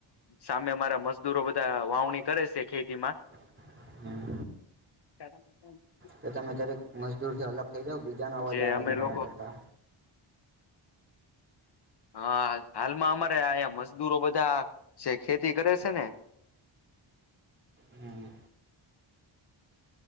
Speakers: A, on the left; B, on the right.
A: સામે મારા મજદૂરો બધા વાવણી કરે છે ખેતીમાં
B: હમ્મ.
A: <unintelligible>
B: તો તમે દરેક મજદૂર થી અલગ થઈ જાવ બીજાનો અવાજ
A: જે
B: આવે
A: અમે
B: તમારા
A: લોકો
B: કરતા
A: હા હાલમાં અમારે અહીંયા મજદૂરો બધા જે ખેતી કરે છે ને
B: હમ્મ.